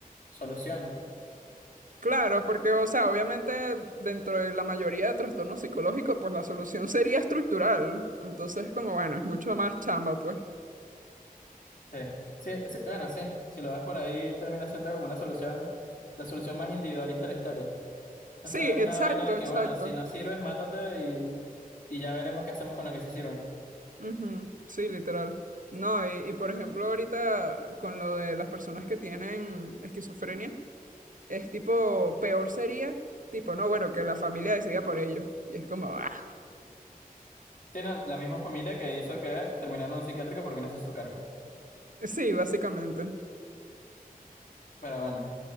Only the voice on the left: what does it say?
solución.
Sí, sí, sí, bueno, sí, si lo ves por ahí termina siendo como una solución, la solución más individualista de la historia. O
sea, es
una vaina de que,
bueno, si no sirves, mátate y, y ya veremos qué hacemos con lo que sí sirven.
Sí, no, la misma familia que hizo que terminara en un psiquiátrico porque no se hizo cargo.
Pero bueno.